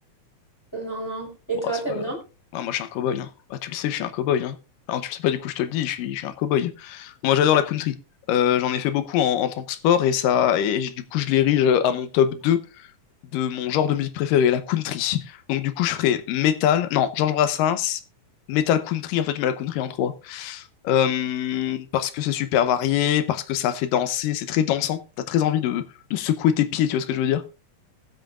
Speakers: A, in the centre; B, on the left.
A: Non, non. Et
B: Bon,
A: toi,
B: c'est
A: t'aimes
B: pas grave.
A: bien?
B: Ouais, moi, je suis un cowboy, hein. Bah, tu le sais, je suis un cowboy, hein. Enfin, tu le sais pas, du coup, je te le dis, je suis, je suis un cowboy. Moi, j'adore la country. Euh, j'en ai fait beaucoup en, en tant que sport et ça, et j- du coup, je l'érige à mon top 2 de mon genre de musique préféré, la country. Donc, du coup, je ferai metal, non, Georges Brassens, metal country. En fait, je mets la country en trois Euh, parce que c'est super varié, parce que ça fait danser, c'est très dansant. T'as très envie de, de secouer tes pieds, tu vois ce que je veux dire?